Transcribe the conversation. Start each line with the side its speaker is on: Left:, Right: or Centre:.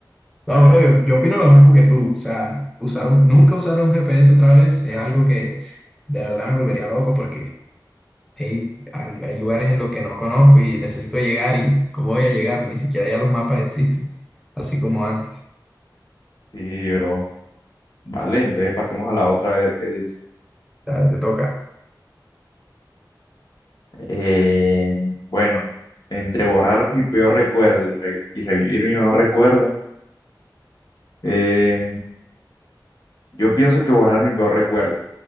Centre: No, bro, yo, yo opino lo mismo que tú. O sea, usar un- nunca usar un GPS otra vez es algo que de verdad me volvería loco porque hey, hay, hay lugares en los que no conozco y necesito llegar y ¿cómo voy a llegar? Ni siquiera ya los mapas existen, así como antes.
Left: Sí, bro. Vale, entonces pasemos a la otra a ver qué dice.
Centre: Dale, te toca.
Left: Eh, bueno, entre borrar mi peor recuerdo y, re- y revivir mi mejor recuerdo, eh, yo pienso que borrar mi peor recuerdo.